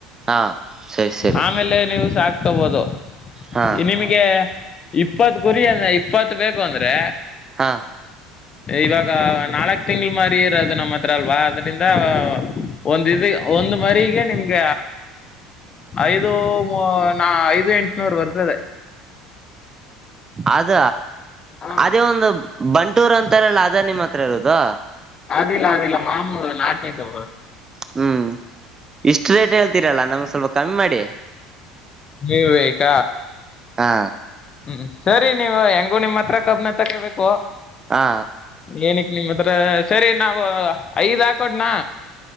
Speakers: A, on the right (about 25°); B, on the left (about 35°).
A: ಹಾ ಸರಿ ಸರಿ
B: ಆಮೇಲೆ ನೀವು ಸಾಕ ಹಬಹುದು
A: ಹಾ
B: ನಿಮ್ಗೆ ಇಪ್ಪತ್ ಕುರಿ ಅಂದ ಇಪ್ಪತ್ತು ಬೇಕು ಅಂದ್ರೆ
A: ಹಾ
B: ಇವಾಗ ನಾಲ್ಕ್ ತಿಂಗಳ ಮರಿ ಇರೋದು ನಮ್ಮ ಹತ್ರ ಅಲ್ವಾ ಅದ್ರಿಂದ ಒಂದ ಇ ಒಂದ್ ಮರಿಗ ನಿಮ್ಗ ಐದು ನಾ ಐದು ಎಂಟನೂರ್ ಬರ್ತದೆ
A: ಅದ
B: ಹಾ
A: ಅದೇ ಒಂದು ಬಂಟೂರ್ ಅಂತಾರಲ್ಲ ಅದ ನಿಮ್ಮ ಹತ್ರ ಇರೋದು
B: ಅದಿಲ್ಲ ಅದಿಲ್ಲ ಮಾಮೂಲು ನಾಟದು
A: ಹ್ಮ್ ಇಷ್ಟು ರೇಟ್ ಹೇಳ್ತೀರಲ್ಲ ನಮ್ಗೆ ಸ್ವಲ್ಪ ಕಮ್ಮಿ ಮಾಡಿ
B: ಇವೇಕ
A: ಹಾ
B: ಹ್ಮ್ ಸರಿ ನೀವ್ ಹೆಂಗು ನಿಮ್ಮ್ ಹತ್ರ ಕಬ್ನ ತಕೋಬೇಕು
A: ಹಾ
B: ಏನಕ್ ನಿಮ ಹತ್ರ ಸರಿ ನಾವು ಐದ್ ಹಾಕೋಡ್ನಾ